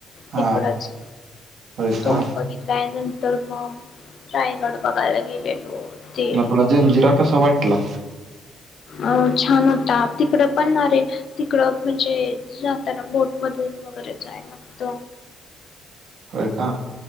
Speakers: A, on the right; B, on the left.
A: हा
B: तिकडच
A: होय का
B: तो बघितला आहे न तर मग रायगड बघायला गेलेलो. ते
A: म तुला जंजिरा कसा वाटला?
B: अ छान होता तिकडं, पण आरे तिकडं, म्हणजे जाताना बोट मधून वगैरे जाय लागत.
A: होय का!